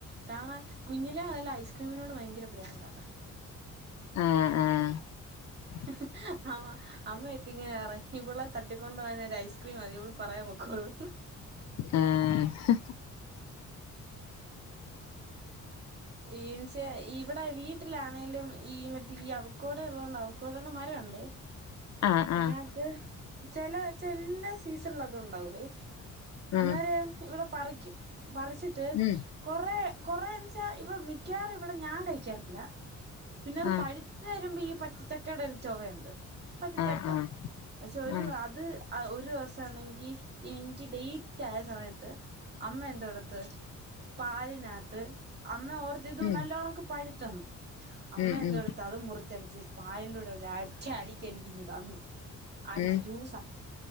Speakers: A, on the right; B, on the left.
A: കാരണാ കുഞ്ഞിലെ നല്ല ഐസ്ക്രീമിനോട് ഭയങ്കര പ്രാന്താ
B: ആആ
A: ഹഹ ആ അമ്മയൊക്കെ ഇങ്ങനെപറയും ഇവിളെ തട്ടിക്കൊണ്ട് പോവാൻ ഒരു ഐസ്ക്രീം മതി ഇവള് പറയാൻ പൊക്കോളുന്ന്
B: ആഹഹെ
A: നിച്ചേ ഇവിടെ വീട്ടിലാണേങ്കലും ഈ മറ്റേ ഈ അവക്കൂടെ ഉള്ളതോണ്ടാവും കൂടണ മരംണ്ട്
B: ആഹ്
A: അതിനകത്ത്
B: ആഹ്
A: ചെില ചെല്ലസീസണില അത് ണ്ടാവോയ്
B: ഉം
A: അന്നേര ഇവിടെ പറിക്കും പറിച്ചിട്ട്
B: ഉം
A: കൊറെ കൊറേ ആ മി ക്കവാറും ഇവിടെ ഞാൻ കഴിക്കാറില്ല പിന്നെത്
B: ആഹ്
A: പഴുത്ത വരുമ്പോ ഈ പച്ച കടയിൽ ഒരു ചൊുവുണ്ട് പച്ചച്ചക്ക
B: ആഹ് ആഹ്
A: പക്ഷെ ഒരു
B: ആഹ്
A: അത് അത് രു ദിവസ ആണെങ്കിൽ എനിക്ക് ഡേറ്റ ആയ സമയത്ത് അമ്മ എന്തോടത്ത് പാലിനകത്ത് അമ്മ ഓർത്തിത്
B: ഉം
A: നല്ലവണൊക്കെ പഠിത്തന്നു അമ്മ
B: ഉം
A: എന്തടു
B: ഉം
A: അതും മുറിച്ചടിച്ച് പാലിന്റെറെടെ അ അടിിക്ക എണി തന്ന് അടിച്ച്
B: ഉം
A: ജൂസ്